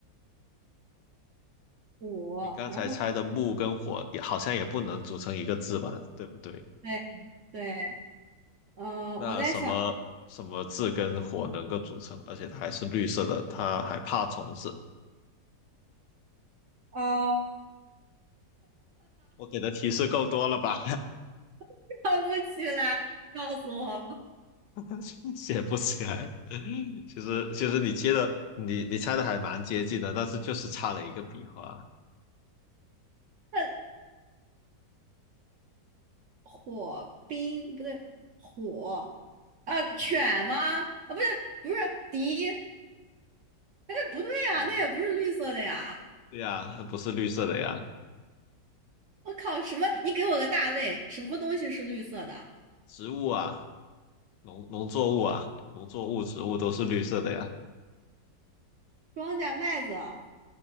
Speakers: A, on the right; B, on the left.
A: 火？
B: 你刚才猜的木跟火也好像也不能组成一个字吧，
A: 然后
B: 对不对？
A: 对对，呃，
B: 那什么什么字跟火能够组成，
A: 我在想，
B: 而且它还是绿色的，它还怕虫子。
A: 呃，
B: 我给的提示够多了吧？
A: <laughs> 想不起来，告诉我吧。
B: <laughs> 写不起来。其实其实你接的你你猜的还蛮接近的，但是就是差了一个笔画。
A: 那火冰不对，火啊，犬吗？
B: 嗯
A: 啊，不是不是敌。哎，不对呀，
B: 嗯，
A: 那也不是绿色的呀！
B: 对呀，它不是绿色的呀，
A: 我靠，什么？你给我个大类，什么东西是绿色的？
B: 植物啊，农农作物啊，农作物、植物都是绿色的呀。
A: 庄稼、麦子、